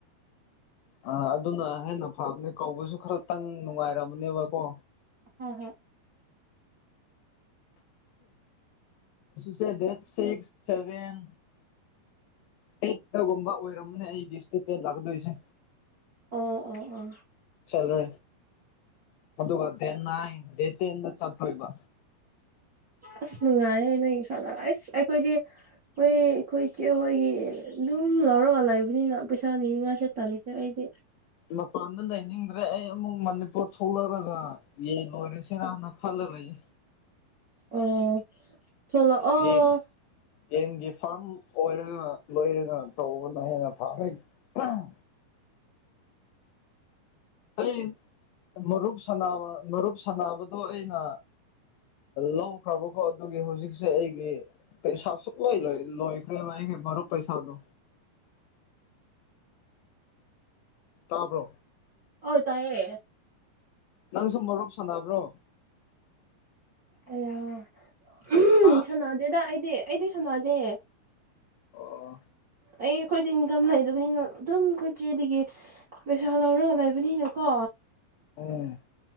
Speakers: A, on the left; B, on the right.
A: ꯑ ꯑꯗꯨꯅ ꯍꯦꯟꯅ ꯐꯕꯅꯦ ꯀꯧꯕꯁꯨ ꯈꯔꯇꯪ ꯅꯨꯡꯉꯥꯏꯔꯕꯅꯦꯕꯀꯣ
B: ꯍ ꯍ
A: ꯁꯦ ꯗꯦꯠ ꯁꯤꯛꯁ ꯁꯚꯦꯟ ꯍꯇꯒꯨꯝꯕ ꯑꯣꯏꯔꯝꯅꯦ ꯑꯩꯒꯤꯁꯇ ꯄꯦꯜꯂꯥꯛꯀꯗꯣꯏꯁꯦ
B: ꯑꯣ ꯑꯣ ꯑꯣ
A: ꯆꯂ ꯑꯗꯨꯒ ꯗꯦꯟꯟꯅ ꯗꯦ ꯇꯦꯟꯗ ꯆꯠꯇꯣꯏꯕ
B: ꯑꯁ ꯅꯨꯡꯉꯥꯏ ꯅꯒꯤ ꯈꯜꯂ ꯑꯁ ꯑꯩꯈꯣꯏꯗꯤ ꯍꯣꯏ ꯑꯩꯈꯣꯏꯒꯤ ꯍꯣꯏꯒꯤ ꯑꯗꯨꯝ ꯂꯧꯔꯛꯑ ꯂꯩꯕꯅꯤꯅ ꯄꯩꯁꯥ ꯅꯤꯅꯤꯉꯥꯁꯦ ꯇꯟꯗ꯭ꯔꯦ ꯑꯩꯗꯤ
A: ꯃꯄꯥꯟꯗ ꯂꯩꯅꯤꯡꯗ꯭ꯔꯦ ꯑꯩ ꯑꯃꯨꯛ ꯃꯅꯤꯄꯨꯔ ꯊꯣꯛꯂꯛ ꯌꯦ ꯂꯔꯁꯤꯅꯅ ꯐꯜ ꯂꯩ
B: ꯑꯣ ꯆꯂꯣ ꯑꯣ
A: ꯌꯦꯟ ꯌꯦꯟꯒꯤ ꯐꯥꯔꯝ ꯑꯣꯏꯔꯒ ꯂꯣꯏꯔꯒ ꯇꯧꯕꯅ ꯍꯦꯟꯅ ꯐꯔꯦ ꯑꯥ ꯑꯩ ꯃꯔꯨꯞ ꯁ ꯃꯔꯨꯞ ꯁꯅꯕꯗꯨꯣ ꯑꯩꯅ ꯂꯧꯈ꯭ꯔꯕꯀꯣ ꯑꯗꯨꯒꯤ ꯍꯧꯖꯤꯛꯁꯦ ꯑꯩꯒꯤ ꯄꯩꯁꯥ ꯁꯨ ꯀ ꯋꯥꯏ ꯂ ꯂꯣꯍꯤꯈ ꯃꯔꯔ ꯄꯩꯁꯥ ꯑꯗꯨ ꯇꯥꯕ꯭ꯔꯣ
B: ꯍꯥꯎ ꯇ ꯍꯦ
A: ꯅꯪ ꯁꯨꯝ ꯃꯔꯣꯔꯣꯛ ꯁꯥꯟꯅꯕ꯭ꯔꯣ
B: ꯑꯌꯥ ꯎ
A: ꯍꯥ ꯑꯣ
B: ꯁꯥꯟꯅꯗꯦꯗ ꯑꯩꯗꯤ ꯑꯩꯗꯤ ꯁꯥꯟꯅꯗꯦ
A: ꯑꯣ
B: ꯑꯩ ꯑꯩꯈꯣꯏꯗꯤ ꯏꯟꯀꯝ ꯂꯩꯗꯕꯅꯤꯅ ꯑꯗꯨꯝ ꯑꯩꯈꯣꯏꯆꯦꯗꯒꯤ ꯄꯩꯁꯥ ꯂꯧꯔꯒ ꯂꯩꯕꯅꯤꯅꯀꯣ
A: ꯎꯝ